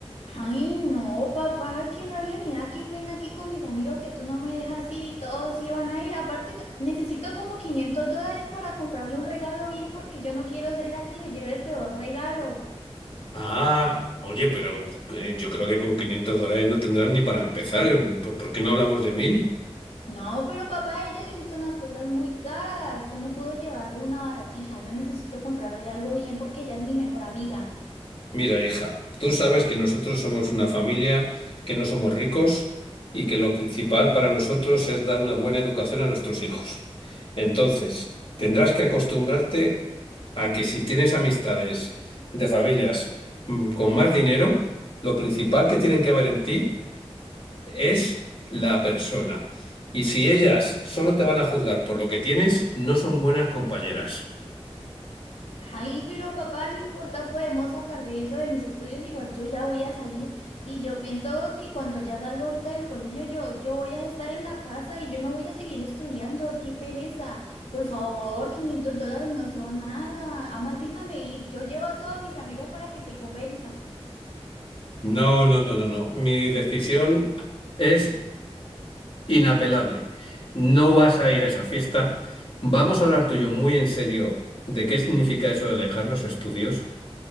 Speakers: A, on the left; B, on the left.
A: Ay, no, papá, qué rabia me da, qué pena aquí con mis amigos que tú no me dejas ir y todos iban a ir. Aparte, necesito como 500 dólares para comprarle un regalo bien porque yo no quiero ser la que le lleve el peor regalo.
B: Ah, oye, pero eh, yo creo que con 500 dólares no tendrás ni para empezar. ¿Por por qué no hablamos de 1000?
A: No, pero papá, a ella le gustan las cosas muy caras. Yo no puedo llevarle una baratija. Yo necesito comprarle algo bien porque ella es mi mejor amiga.
B: Mira, hija, tú sabes que nosotros somos una familia, que no somos ricos y que lo principal para nosotros es dar una buena educación a nuestros hijos. Entonces, tendrás que acostumbrarte a que si tienes amistades de familias mm, con más dinero, lo principal que tienen que ver en ti es la persona. Y si ellas solo te van a juzgar por lo que tienes, no son buenas compañeras.
A: Ay, pero papá, no importa, podemos sacar de eso de mis estudios, igual yo ya voy a salir y yo pienso que cuando ya salga ahorita del colegio yo, yo voy a estar en la casa y yo no voy a seguir estudiando, qué pereza, por favor, 500 dólares no son nada, además déjame ir, yo llevo a todas mis amigos para que te convenzan.
B: No, no, no, no, no. Mi decisión es inapelable. No vas a ir a esa fiesta. Vamos a hablar tú y yo muy en serio de qué significa eso de dejar los estudios.